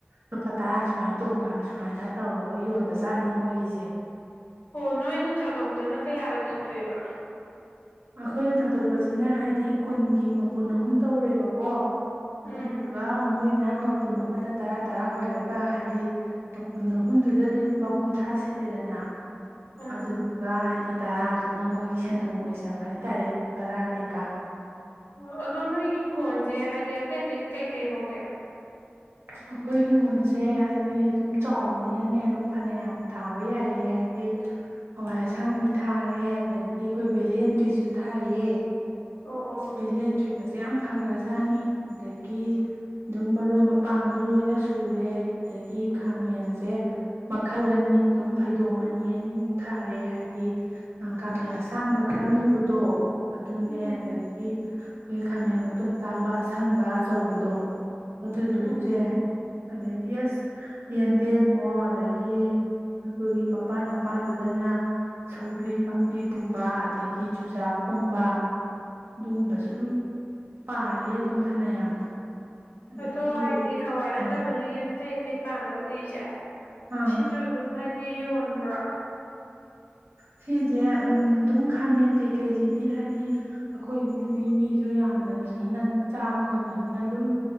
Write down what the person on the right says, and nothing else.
ꯂꯨꯄꯥ ꯇꯔꯥ ꯁꯨꯃꯥꯏ ꯇꯣꯡꯕ ꯁꯨꯃꯥꯏꯅ ꯇꯧꯔꯒ ꯌꯣꯟꯕꯖꯥꯠꯅꯤ ꯃꯣꯏꯒꯤꯁꯦ
ꯑꯩꯈꯣꯏꯅ ꯊꯥꯗꯣꯛꯄꯁꯤꯅ ꯍꯥꯏꯗꯤ ꯀꯨꯟꯒꯤ ꯃꯄꯨꯟ ꯑꯍꯨꯝ ꯇꯧꯔꯦꯕꯀꯣ
ꯑꯗꯨꯗꯨꯒ ꯃꯣꯏꯅ ꯃꯄꯨꯟ ꯑꯃꯗ ꯇꯔꯥ ꯇꯔꯥ ꯑꯣꯏꯔꯒ ꯍꯥꯏꯗꯤ ꯃꯄꯨꯟ ꯑꯍꯨꯝꯗꯨꯗꯗꯤ ꯂꯨꯄꯥ ꯀꯨꯟꯊ꯭ꯔꯥ ꯁꯤꯠꯂꯦꯗꯅ
ꯑꯗꯨꯗꯗꯨꯒ ꯍꯥꯏꯗꯤ ꯇꯔꯥ ꯑꯗꯨꯅ ꯃꯣꯏꯒꯤ ꯁꯦꯟꯗꯣꯡ ꯑꯣꯏꯁ ꯕ ꯍꯥꯏꯇꯥꯔꯦ ꯕꯔꯥ ꯀꯩꯀꯥ
ꯑꯩꯈꯣꯏ ꯏꯤꯡꯈꯣꯜꯁꯦ ꯍꯥꯏꯗꯤ ꯑꯗꯨꯝ ꯆꯥꯎꯕꯅꯤꯅꯅꯦ ꯑꯗꯨꯝ ꯐꯅꯌꯥꯝ ꯊꯥꯕ ꯌꯥꯏꯑ ꯍꯥꯏꯗꯤ ꯍꯋꯥꯏ ꯑꯁꯥꯡꯕꯤ ꯊꯥꯔꯦ ꯑꯗꯒꯤ ꯑꯩꯈꯣꯏ ꯚꯦꯂꯦꯟꯇ꯭ꯔꯤꯁꯨ ꯊꯥꯏꯌꯦ
ꯕꯂꯟꯗ꯭ꯔꯤ ꯀꯁꯤꯦ ꯌꯥꯝ ꯐꯈ꯭ꯔꯖꯥꯠꯅꯤ ꯑꯗꯒꯤ ꯑꯗꯨꯝ ꯃꯔꯣꯏ ꯄꯥꯡꯁꯨ ꯂꯣꯏꯅ ꯁꯨꯔꯦ ꯑꯗꯒꯤ ꯈꯥꯃꯦꯟꯁꯦ ꯃꯈꯜ ꯑꯅꯤ ꯑꯗꯨꯝ ꯐꯩꯗꯣꯝ ꯑꯅꯤ ꯑꯅꯤꯃꯨꯛ ꯊꯥꯔꯦ ꯍꯥꯏꯗꯤ ꯈꯥꯃꯦꯟ ꯑꯁꯥꯡꯕ ꯈꯔ ꯃꯨꯕꯗꯣ ꯑꯗꯨꯅꯦ
ꯑꯗꯒꯤ ꯑꯩꯈꯣꯏ ꯈꯥꯃꯦꯟ ꯃꯇꯨꯝ ꯇꯥꯕ ꯑꯁꯪꯕ ꯑꯆꯧꯕꯗꯣ ꯑꯗꯨ
ꯌꯥ ꯑꯗꯒꯤ ꯑꯁ ꯌꯦꯟꯗꯦꯝꯃꯣ ꯑꯗꯒꯤ ꯑꯩꯈꯣꯏꯒꯤ ꯃꯄꯥꯟ ꯃꯄꯥꯟꯗꯨꯗꯅ ꯁꯧꯒ꯭ꯔꯤ ꯄꯥꯝꯕꯤꯒꯨꯝꯕ ꯑꯗꯒꯤ ꯆꯨꯖꯥꯛꯀꯨꯝꯕ ꯑꯗꯨꯒꯨꯝꯕꯁꯨ ꯑꯗꯨꯝ ꯄꯥꯂꯦ ꯑꯗꯨꯝ ꯐꯅꯌꯥꯝꯅ ꯑꯗꯒꯤ
ꯑꯥ
ꯑꯥ
ꯁꯤꯁꯦ ꯎꯝ ꯑꯗꯨꯝ ꯈꯥꯃꯦꯟ ꯀꯩꯀꯩꯁꯤꯗꯤ ꯍꯥꯏꯗꯤ ꯑꯩꯈꯣꯏ ꯏꯃꯨꯡꯗꯤ ꯃꯤꯁꯨ ꯌꯥꯝꯗꯕꯅꯤꯅ ꯑꯗꯨꯝ ꯆꯥꯕ ꯉꯝꯗꯕꯅꯤꯅ ꯑꯗꯨꯝ